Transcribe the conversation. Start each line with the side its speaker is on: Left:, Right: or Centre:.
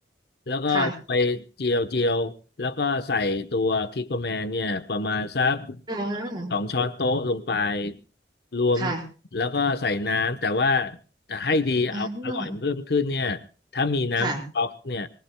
Left: แล้วก็ไปเจียวเจียวแล้วก็ใส่ตัวคิกโกแมนเนี่ยประมาณสัก
Right: ค่ะเออ
Left: สองช้อนโต๊ะลงไปรวม
Right: ค่ะ
Left: แล้วก็ใส่น้ำแต่ว่าจะให้ดีเอาอร่อยเพิ่มขึ้นเนี่ยถ้ามีน้ำสต๊อกเนี่ย
Right: อ่าค่ะ